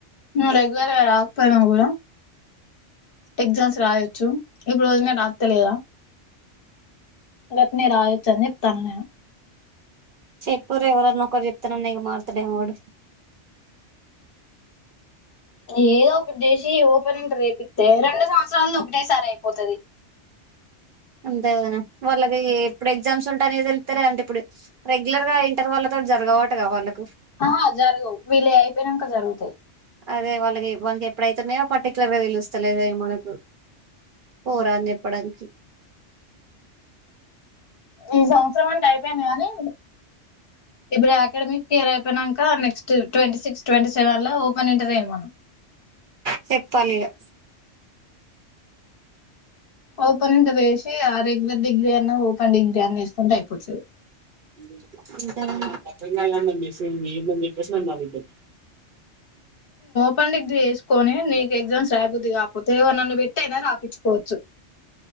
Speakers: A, on the left (about 55°); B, on the right (about 55°).
A: నువ్వు రెగ్యులర్ గా రాకపోయినా గుడా ఎగ్జామ్స్ రాయొచ్చు, ఇప్పుడు వదిన రాస్తలేదా. గేట్నే రాయచ్చు అని జెప్తానా నేను
B: చేపూరి ఎవరన్నా నొకరు జెప్తన్నానా ఇగా మార్తాడేమో వాడు.
A: ఏదో ఒకటి జేసి ఓపెన్ ఇంటర్ ఏపితే రెండు సంవత్సరాలు ఒకటేసారి అయిపోతది.
B: అంతే గానా వాళ్ళది ఎప్పుడే ఎగ్ జామ్స్ ఉంటా అనేది తెలుతాలే అంటా ఇప్పుడు, రెగ్యులర్గా ఇంటర్ వాళ్ళతో జరగవటగా వాళ్ళక్.
A: ఆహా జరగవు, వీళ్ళై అయిపోయినాక జరుగుతాయ్.
B: అదే వాళ్ళకి, వాళ్ళక్ ఎప్పుడైతున్నాయో పర్టిక్యులర్ గా తేలుస్తలేధై మనకు పోరాద్ నేపడన్చీప్
A: ఈ సంవత్సరం అంత అయిపోయింది గానీ ఇప్పుడు అకాడమిక్ ఇయర్ అయిపోయినాక. నెక్స్ట్ ట్వంటీ సిక్స్, ట్వంటీ సెవెన్లా ఓపెన్ ఇంటర్ ఏయమను.
B: తేప్పాలి ఇగా
A: ఓపెన్ ఇంటర్ ఏశి, ఆ రెగ్యులర్ డిగ్రీ అన్న ఓపెన్ డిగ్రీ అన్న వేస్కుంటే అయిపోతది.
B: మీర్ పక్కనున్న గానీ మెసేజెస్ ఏంది అని చెప్పేసి నవ్విండు.
A: ఫన్ డిగ్రీ జేసుకొని, నీకు ఎగ్జామ్స్ రాయబుద్ది గాకపోతే, ఎవరినైనా పెటైనా రాపిచ్చుకోవచ్చు.